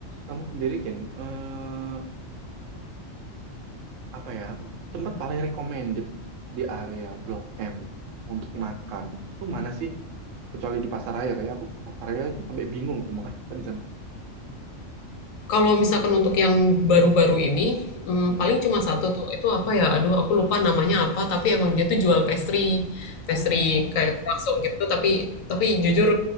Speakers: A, on the right; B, on the left.
A: kamu sendiri kan eh, apa ya tempat paling recommended di area Blok M untuk makan itu mana sih kecuali di pasaraya kayak aku pasaraya aja sampai bingung aku makan apa di sana
B: Kalau misalkan untuk yang baru-baru ini, mmm,
A: Hmm.
B: paling cuma satu tuh, itu apa ya, aduh aku lupa namanya apa, tapi emang dia tuh jual pastry,
A: Oh,
B: pastry kayak croissant gitu, tapi tapi jujur